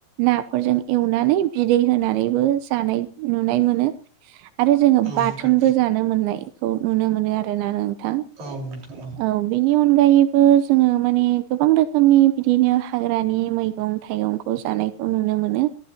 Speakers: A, on the right; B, on the right.
A: नाफोरजों एवनानै बिदै होनानैबो जानाय नुनाय मोनो। आरो जोङो
B: उम औ
A: बाथोनबो
B: नोंथां
A: जानो मोननायखौ नुनो मोनो आरोना नोंथां।
B: औ नोंथां
A: औ। बेनि अनगायैबो जोङो माने गोबां रोखोमनि बिदिनो हाग्रानि मैगं- थायगंखौ जानायखौ नुनो मोनो।